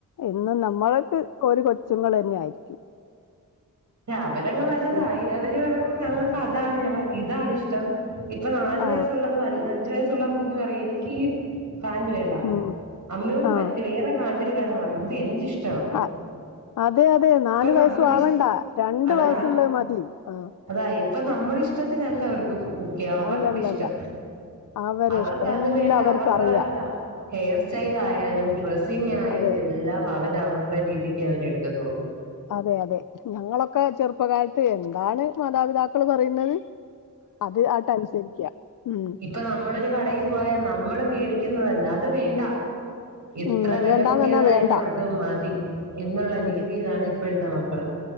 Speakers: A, on the left; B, on the right.
A: എന്നും നമ്മളക്ക് ഓര് കൊച്ചുങ്ങളന്നെ ആയിരിക്കും.
B: അവരങ്ങ് വലതായി
A: ഉം
B: അവര് പറിയും ഞങ്ങൾക്ക് അതാണ് ഞങ്ങക്കിതാണിഷ്ടം ഇപ്പോ നാല്
A: ആ
B: വയസ്സുള്ളത് അഞ്ചു വയസുള്ള കുഞ്ഞ് പറയും എനിക്കി പാന്റ് വേണ്ട.
A: ഉം
B: അമ്മയോട്
A: ആ
B: മറ്റ് വേറെ പാന്റ് എടുക്കാന് പറയും ഇത് എന്റെഷ്
A: ആഹ് അതെയതെ നാലു വയസ്സും
B: നമ്മുടെ
A: ആവണ്ടാ
B: ഇഷ്
A: രണ്ട്
B: അതാ
A: വയസ്സുള്ള മതി ആഹ്
B: അതാ ഇപ്പോ നമ്മുടെ ഇഷ്ടത്തിനല്ല അവർക്ക് മുഖ്യം അവരുടെ
A: അല്ലല്ലല്ല
B: ഇഷ്ടം.
A: അവരെ
B: അവർക്കത്
A: ഇഷ്ടം എല്ലാവർക്കും
B: വേണ്ട അവർടെ
A: അറിയാം
B: അതാ ഹെയർ സ്റ്റൈൽ ആയാലും ഡ്രെസ്സിംഗ ആയാലും
A: അതെ
B: എല്ലാം അവര അവരുടെ രീതിക്ക് അവരെടുക്കത്തുള്ളൂ
A: അതെയതെ ഞങ്ങളൊക്കെ ചെറുപ്പകാലത്ത് എന്താണ് മാതാപിതാക്കൾ പറയുന്നത് അത് ആട്ട്നുസരിക്ക ഉം
B: ഇപ്പൊ നമ്മളരു കടയിൽ പോയാ നമ്മള് മേടിക്കുന്നതല്ല അത് വേണ്ട എത്ര
A: ഉം അത്
B: വില
A: വേണ്ടാന്ന്
B: കൂടിയതായാലും
A: പറഞ്ഞാ വേണ്ട
B: അത് മതി എന്നുള്ള
A: അതെ
B: രീതിയിലാണ് ഇപ്പോഴത്തെ മക്കള്